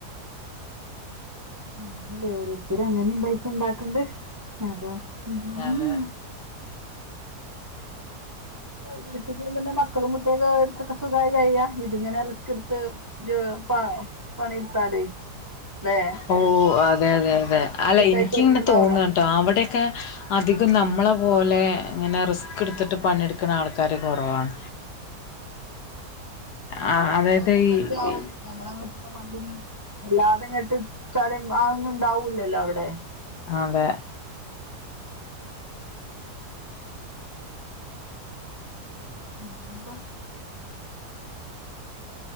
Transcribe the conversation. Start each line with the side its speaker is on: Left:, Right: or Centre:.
Right: ഉണ്ട്ല്ലേ ഓരോരുത്തര് അങ്ങനിം പൈസ ഉണ്ടാക്കണ്ട് അതോ. <unintelligible>
Left: അതെ
Right: വീട്ട് ല്‌ര്ന്നന്നെ മക്കളും കുട്ടികക്കെ ട്‌ത്തൊക്കെ സുഖായി കഴിയാ. ഇതിങ്ങനെ റിസ്ക് ഇട്ത്ത് ജോ പ പണി ട്ത്താലെ ലേ.
Left: ഓഹ് അതെയതെയതെ അല്ല എനിക്കിങ്ങനെ
Right: അയച്ചു കൊടുക്കണ്ടാവല്ലോ
Left: തോന്നാട്ടോ അവിടക്കെ അധികും നമ്മളെ പോലെ ഇങ്ങനെ റിസ്കിടുത്തിട്ട് പണിട്കണ ആള്ക്കാര് കൊറവാണ്. ആ
Right: അവർക്ക്
Left: അതായത്
Right: പിന്നെ അത്
Left: ഈ
Right: <inaudible>
Left: അതെ
Right: <unintelligible>